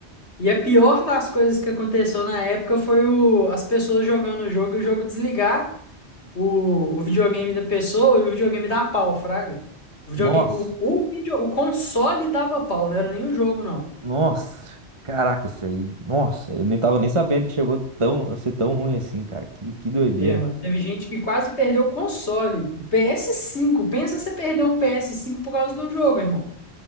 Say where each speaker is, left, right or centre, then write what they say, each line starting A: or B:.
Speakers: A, on the left (about 85°); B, on the right (about 30°).
A: E a pior das coisas que aconteceu na época foi o, as pessoas jogando o jogo e o jogo desligar o, o videogame da pessoa e o videogame dar pau, fraga. O, videogame,
B: Nossa,
A: o, o, video- o console dava pau, não era nem o jogo, não.
B: nossa, caraca, isso aí, nossa, eu nem tava nem sabendo que chegou tão, a ser tão ruim assim, cara, que, que doideira.
A: É, mano, teve gente que quase perdeu o console. ps cinco pensa você perder um ps cinco por causa de um jogo, irmão.